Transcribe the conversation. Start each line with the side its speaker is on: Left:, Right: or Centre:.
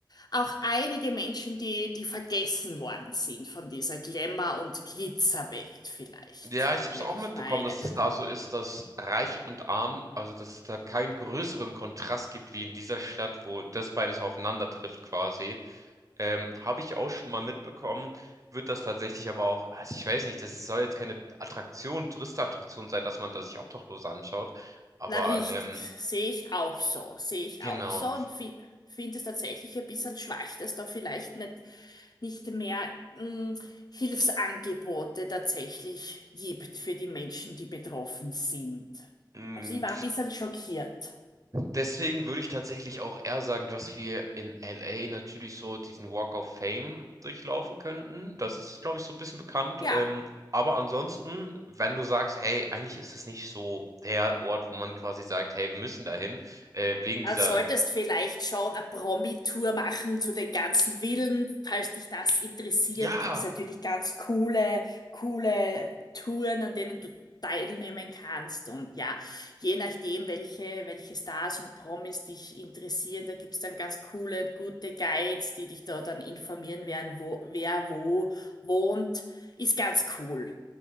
Left: auch einige Menschen, die, die vergessen worden sind von dieser Glamour- und Glitzerwelt vielleicht,
Right: Ja, ich habe
Left: würde
Right: es auch mitbekommen,
Left: ich meinen.
Right: dass es da so ist, dass reich und arm, also dass es da keinen größeren Kontrast gibt wie in dieser Stadt, wo das beides aufeinander trifft quasi. Ähm, habe ich auch schon mal mitbekommen, wird das tatsächlich aber auch, also ich weiß nicht, das ist- soll jetzt keine Attraktion, Touristenattraktion sein, dass man da sich Obdachlose anschaut, aber
Left: Na richtig,
Right: ähm,
Left: sehe ich auch so, sehe ich
Right: genau.
Left: auch so und fi finde es tatsächlich ein bisschen schwach, dass da vielleicht nicht, nicht mehr mh, Hilfsangebote tatsächlich gibt für die Menschen, die betroffen sind.
Right: Mm.
Left: Also ich war ein bisschen schockiert.
Right: Deswegen würde ich tatsächlich auch eher sagen, dass wir in LA natürlich so diesen Walk of Fame durchlaufen könnten. Das ist, glaube ich, so ein bisschen bekannt.
Left: Ja.
Right: Ähm, aber ansonsten, wenn du sagst, hey, eigentlich ist es nicht so der Ort, wo man quasi sagt, hey, wir müssen dahin, äh, wegen
Left: Dann
Right: dieser,
Left: solltest vielleicht schon eine Promi-Tour machen zu den ganzen Villen. Falls dich das interessiert,
Right: ja.
Left: gibt's natürlich ganz coole, coole Touren, an denen du teilnehmen kannst. Und ja, je nachdem, welche, welche Stars und Promis dich interessieren, da gibt's dann ganz coole und gute Guides, die dich da dann informieren werden, wo, wer wo wohnt. Ist ganz cool,